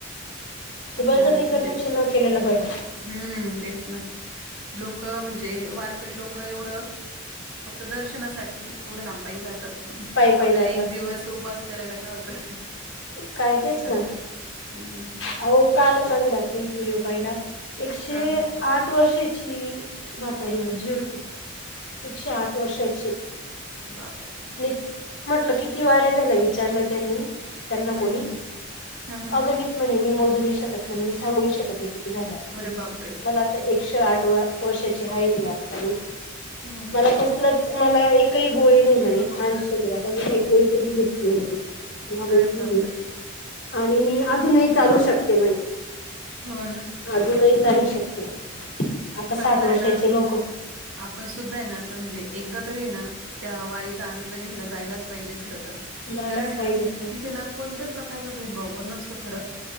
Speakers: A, on the left; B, on the right.
A: ते
B: आपल्या
A: बळजबरी
B: म्हणजे
A: करण्यापेक्षा न केलेलं बरं
B: हम्म.... तेच ना लोक लोक म्हणजे, वारकरी लोकं एवढं फक्त दर्शनासाठी एवढं लांब पाई जातात.
A: पायी
B: आपल्याला
A: पायी जातात.
B: एक दिवस उपवास करायला काय होतं?
A: काय तेच
B: खर
A: ना
B: तर हम्म
A: अहो कालच आम्ही रात्री एक व्हिडिओ पाहिला एकशे
B: हां, हां.
A: आठ वर्षाची म्हातारी आजी होती. एकशे आठ वर्षाची
B: बा-बा- बा
A: न म्हटलं किती वाऱ्या झाल्या विचारला त्यांनी त्यांना
B: हं,
A: कोणी
B: हं. हां, हां.
A: अगणित म्हणे मी मोजूनही शकत म्हणे, मी सांगू ही शकत नाही कि झाल्या असतील
B: अरे बापरे!
A: मला आता एकशे आठ व वर्षाची हाय म्हणे आता मी.
B: हो ना.
A: मला कसलंच मला एकही गोळी नाही म्हणे माझ्या शरीराला मी काही गोळी कधी घेतली नाही.
B: अरे बापरे!
A: आणि मी अजूनही चालू शकते म्हणे.
B: हो ना.
A: अजूनही चालू शकते. आता
B: खर
A: साठ
B: तर
A: वर्षाचे
B: आहे ना
A: लोक
B: आपण सुद्धा आहे ना असं म्हणजे एकदा तरी आहे ना त्या वारीचा आनंद घ्यायला जायलाच पाहिजे खर तर
A: जायलाच
B: कारण
A: पाहिजे
B: ना
A: खरं
B: तिथे ना कोणत्याच प्रकारचा भेदभाव पण नसतो खरं